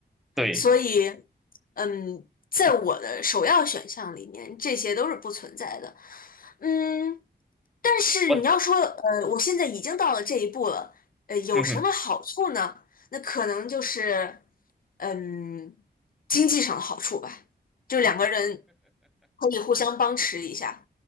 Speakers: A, in the centre; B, on the left (about 55°).
A: 对
B: 所以，嗯，在我的首要选项里面，这些都是不存在的。嗯，但是你要说，
A: 我
B: 呃，我现在已经到了这一步了，呃，有什么好处呢？
A: 嗯哼，
B: 那可能就是，嗯，经济上的好处吧，就两个人可以互相帮持一下。